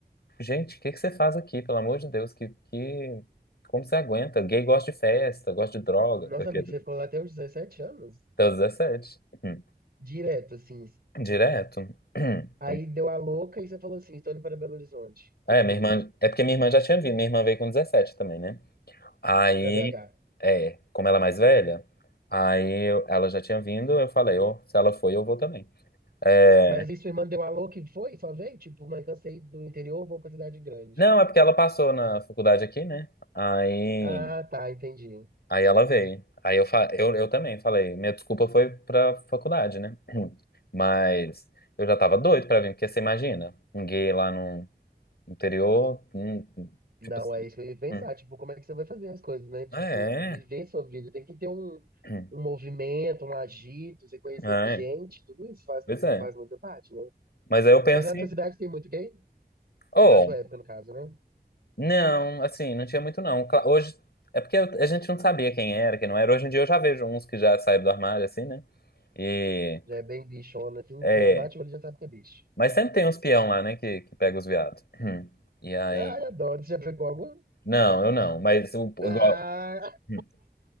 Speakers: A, on the left; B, on the right.
A: Gente, o que que você faz aqui, pelo amor de Deus? Que, que... Como você aguenta? Gay gosta de festa, gosta de droga.
B: Nossa,
A: porque-
B: amigo, você ficou lá até os 17 anos?
A: Até os 17. Hum.
B: Direto, assim.
A: Direto. <clears throat>
B: Aí
A: Hum.
B: deu a louca e você falou assim, estou indo para Belo Horizonte.
A: É,
B: Foi tipo
A: minha
B: isso?
A: irmã... é porque minha irmã já tinha vindo, minha irmã veio com 17 também, né? Aí,
B: Pra BH.
A: é, como ela é mais velha, aí eu- ela já tinha vindo, eu falei, ó, se ela foi, eu vou também. É...
B: Mas isso me mandou um alô que foi, só veio? Tipo, mãe, cansei do interior, vou pra cidade grande.
A: Não, é porque ela passou na faculdade aqui, né? Aí.
B: Ah, tá, entendi.
A: Aí ela veio. Aí eu, fa... eu, eu também falei. Minha desculpa foi pra faculdade, né? <clears throat> Mas eu já tava doido pra vir, porque você imagina, um gay lá no interior, hum, tipo
B: Não,
A: assim.
B: é isso que eu ia pensar.
A: hum,
B: Tipo, como é que você vai fazer as coisas, né? Tipo,
A: É,
B: viver sua vida. Tem que ter um,
A: <clears throat>
B: um movimento, um agito, você conhecer
A: é,
B: gente, tudo isso faz,
A: pois é.
B: faz muita parte, né?
A: Mas aí eu pensei,
B: Mas lá na sua cidade tem muito gay?
A: oh,
B: Na sua época, no caso, né?
A: não, assim, não tinha muito não. Cla- Hoje, é porque a gente não sabia quem era, quem não era. Hoje em dia eu já vejo uns que já saíram do armário, assim, né? E,
B: Já é bem bichona, assim,
A: é,
B: você bate o olho e já sabe que é bicho.
A: mas sempre tem uns peão lá, né, que, que pega os viados. <clears throat> Hum. E aí.
B: Ai, adoro. Você já pegou algum?
A: Não, eu não. Mas o- igual,
B: Ah!
A: hum,